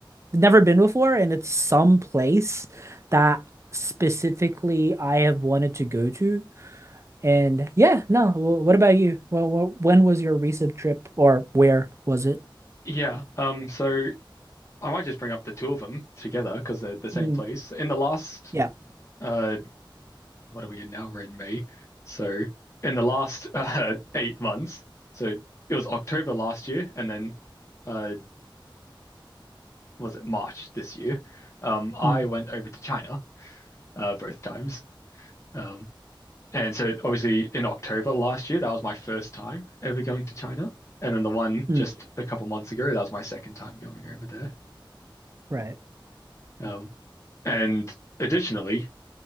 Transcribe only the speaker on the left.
Yeah. Um, so I might just bring up the two of them together because they're the same
place. In the last
uh what are we in now? We're in May. So in the last uh <laughs> eight months, so it was October last year and then uh was it March this year, um, I
went over to China uh, both times. Um, and so obviously in October last year, that was my first time ever going to China. And then the one
just a couple months ago, that was my second time going over there.
Um, and additionally,